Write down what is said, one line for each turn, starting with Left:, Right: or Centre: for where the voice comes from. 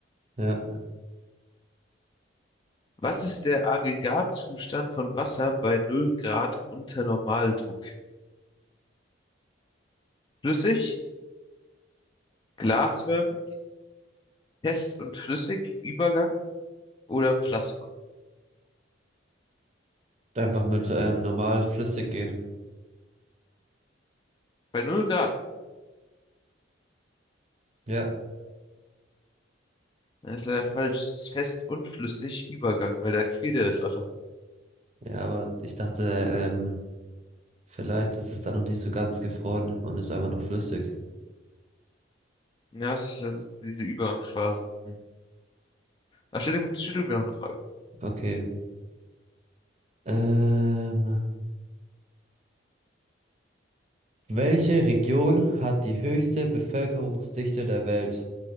Right: Ja,
Left: Was ist der Aggregatzustand von Wasser bei null Grad unter Normaldruck? Flüssig, glasförmig, fest und flüssig, Übergang oder Plasma?
Right: einfach mit ähm, normal flüssig gehen.
Left: Bei null Grad.
Right: Ja,
Left: Ja, ist leider falsch. Es ist fest und flüssig Übergang, weil da gefriert ja das Wasser.
Right: ja, aber ich dachte, ähm, vielleicht ist es da noch nicht so ganz gefroren und ist einfach noch flüssig.
Left: Ja, es ist also diese Übergangsphase. Hm. Ah, stell, du- stell du mir noch eine Frage.
Right: Okay. Ähm, welche Region hat die höchste Bevölkerungsdichte der Welt?